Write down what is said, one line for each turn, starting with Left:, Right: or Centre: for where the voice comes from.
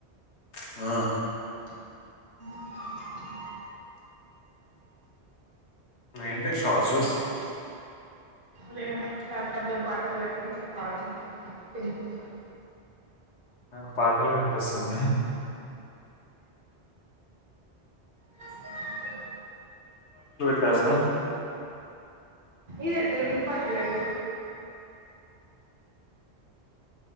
Left: హ
Right: <inaudible>
Left: ఏంటి షార్ట్స్ చూస్తునవ
Right: లే ల్యాప్టాప్ లో పాటలు పెట్టి నీతో కాల్ మాట్లాడుతున తినుకుంటాను.
Left: నాకు పాటలు వినిపిస్తుాంది.
Right: వస్తాకి...
Left: హసలు.
Right: ఇదె తెలుగు పట్లేది